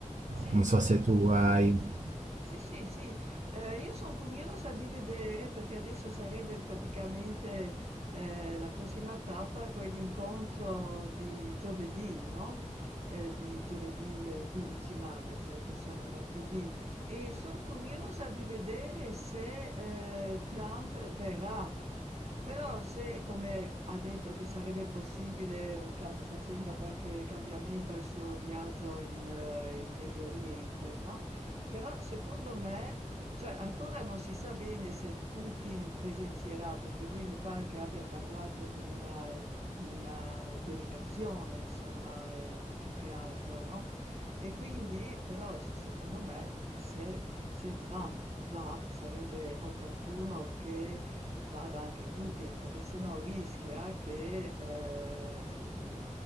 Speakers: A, on the right; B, on the right.
A: Sì,
B: Non so se
A: certamente.
B: tu hai...
A: Sì, sì, sì, Eh, io sono curiosa di vedere perché adesso sarebbe praticamente eh, la prossima tappa, quell'incontro di giovedì, no? Eh, di giovedì eh, 15 maggio, sì, oggi siamo martedì, e sono curiosa di vedere se eh, Trump verrà. Però se, come ha detto, che sarebbe possibile eh, cam- facendo qualche cambiamento al suo viaggio in, eh, in Medio Oriente, no? Però secondo me, cioè ancora non si sa bene se Putin presenzierà, perché lui mi pare che abbia parlato di una, di una delegazione, insomma, eh, più che altro, no? E quindi, però, s- secondo me, se, se Trump va, sarebbe opportuno che vada anche Putin, perché sennò rischia che eh,